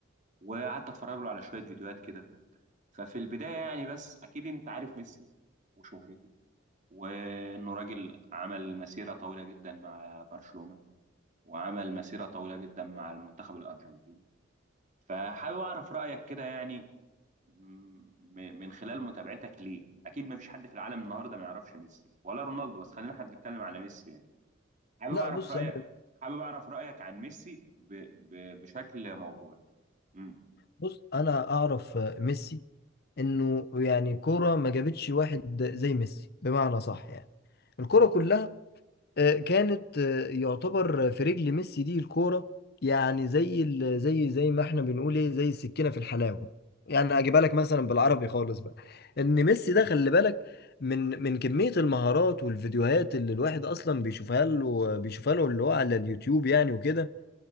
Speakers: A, on the right (about 40°); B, on the left (about 55°).
A: وقعدت اتفرج له على شويه فيديوهات كده ففي البدايه يعني بس اكيد انت عارف ميسي وشهرته وانه راجل عمل مسيره طويله جدا مع برشلونه وعمل مسيره طويله جدا مع المنتخب الارجنتيني فحابب أعرف رأيك كده يعني م- من خلال متابعتك ليه أكيد ما فيش حد في العالم النهاردة ما يعرفش ميسي ولا رونالدو بس خلينا احنا بنتكلم على ميسي يعني حابب
B: لا
A: أعرف
B: بص
A: رأيك
B: انا
A: حابب أعرف رأيك عن ميسي ب... ب... بشكل موضوعي مم.
B: بص انا اعرف ميسي انه يعني كوره ما جابتش واحد زي ميسي بمعنى صح يعني الكوره كلها آه، كانت آه، يعتبر في رجل ميسي دي الكوره يعني زي ال- زي زي ما احنا بنقول ايه زي السكينه في الحلاوه يعني هجيبها لك مثلا بالعربي خالص بقى ان ميسي ده خلي بالك من من كمية المهارات والفيديوهات اللي الواحد أصلا بيشوفها له بيشوفها له اللي هو على اليوتيوب يعني وكده